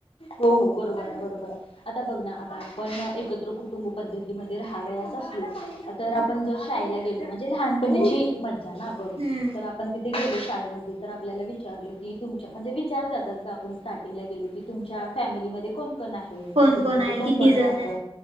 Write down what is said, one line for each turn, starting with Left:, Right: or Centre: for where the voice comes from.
Left: हो हो बरोबर आहे बरोबर आहे. आता बघ ना आता आपण एकत्र कुटुंब पद्धतीमध्ये राहावयास असलो तर आपण जर शाळेला गेलो म्हणजे लहानपणीची मज्जा ना बघ
Right: हम्म.
Left: तर आपण तिथे गेलो शाळेमध्ये तर आपल्याला विचारलं की तुमच्या म्हणजे विचार जातच आपण स्टार्टिंगला गेलो की तुमच्या फॅमिलीमध्ये कोण कोण कोण आहे
Right: कोण
Left: कुटुंबामध्ये
Right: आहे
Left: कोण
Right: किती
Left: कोण
Right: जण
Left: राहत
Right: आहे.